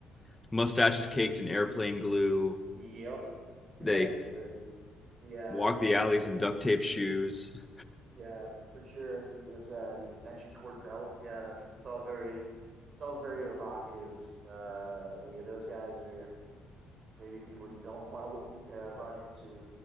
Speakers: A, on the left (about 15°); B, on the right (about 50°).
A: <laughs> mustaches caked in airplane glue.
B: Yep. <laughs> That's
A: They
B: the yeah
A: walk
B: the,
A: the alleys in
B: the
A: duct
B: uh,
A: tape shoes.
B: yeah for sure. It was uh, the extension cord belt. Yeah, that's that's all very it's all very evocative. Uh, yeah, those guys are maybe people you don't want to uh, run into.